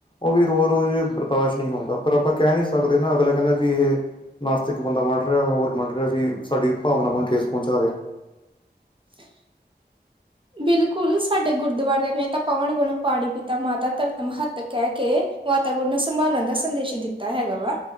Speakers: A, on the left (about 25°); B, on the right (about 30°).
A: ਉਹ ਵੀ ਰੋਜ਼-ਰੋਜ਼ ਬਰਦਾਸ਼ਤ ਨਈਂ ਹੁੰਦਾ, ਪਰ ਆਪਾਂ ਕੈਅ ਨੀ ਸਕਦੇ ਨਾਂ ਅਗਲਾ ਕੈਂਦਾ ਵੀ ਇਹ ਨਾਸਤਿਕ ਬੰਦਾ ਮਰ ਰਿਆ ਹੋਰ ਮਰ ਰਿਆ ਵੀ ਸਾਡੀ ਭਾਵਨਾਵਾਂ ਨੂੰ ਠੇਸ ਪਹੁੰਚਾ ਰਿਹਾ
B: <inaudible> ਬਿਲਕੁਲ ਸਾਡੇ ਗੁਰਦੁਆਰਿਆਂ ਨੇ ਤਾਂ ਪਵਨ ਗੁਣ ਪਾਣੀ ਪੀਤਾ ਮਾਤਾ ਧਰਤ ਮਹਤ ਕਹਿ ਕੇ ਵਾਤਾਵਰਨ ਨੂੰ ਸੰਭਾਲਣ ਦਾ ਸੰਦੇਸ਼ ਦਿੱਤਾ ਹੈਗਾ ਵਾ।